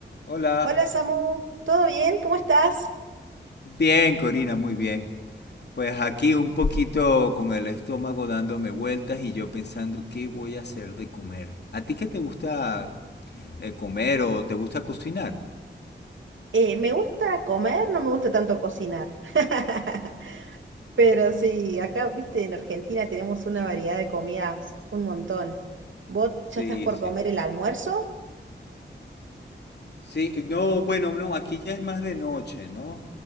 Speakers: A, on the left; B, on the right.
A: Hola.
B: Hola Samu, ¿todo bien? ¿Cómo estás?
A: Bien, Corina, muy bien. Pues aquí un poquito con el estómago dándome vueltas y yo pensando qué voy a hacer de comer. ¿A ti qué te gusta eh, comer o te gusta cocinar?
B: Eh, me gusta comer, no me gusta tanto cocinar. <laughs> Pero sí, acá, viste, en Argentina tenemos una variedad de comidas, un montón. ¿Vos
A: <laughs> Sí,
B: ya estás por
A: sí.
B: comer el almuerzo?
A: Sí, no, bueno, no, aquí ya es más de noche, ¿no?